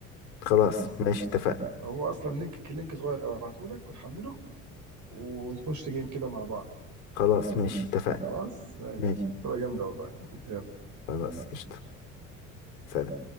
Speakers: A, on the left; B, on the right.
A: خلاص ماشي اتفقنا
B: هو اصلا لينك لينك صغير قوي هبعته لك وتحمله ونخش جيم كده مع بعض
A: خلاص ماشي اتفقنا
B: خلاص ماشي
A: ماشي
B: هتبقى جامده والله <laughs> يلا
A: خلاص قشطة سلام